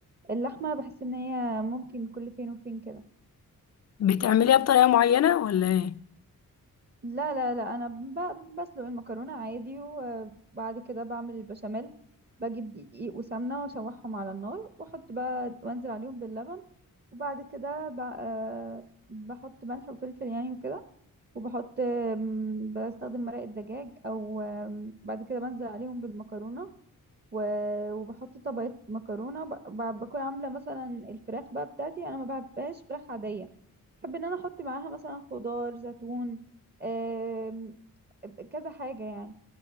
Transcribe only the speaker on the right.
اللحمة بحس ان هي ممكن كل فين وفين كده
لا لا لا انا ب- بسلق المكرونه عادي وبعد كده بعمل البشاميل بجيب دقيق وسمنه واشوحهم على النار واحط بقى وانزل عليهم باللبن وبعد كده ب- آه، بحط ملح وفلفل يعني وكده وبحط آم، بستخدم مرق الدجاج او آم، بعد كده بنزل عليهم بالمكرونه و- وبحط طبقه مكرونه ب- ب- بكون عامله مثلا الفراخ بقى بتاعتي انا ما بحبهاش فراخ عاديه بحب ان انا احط معاها مثلا خضار زيتون آم، كذا حاجة يعني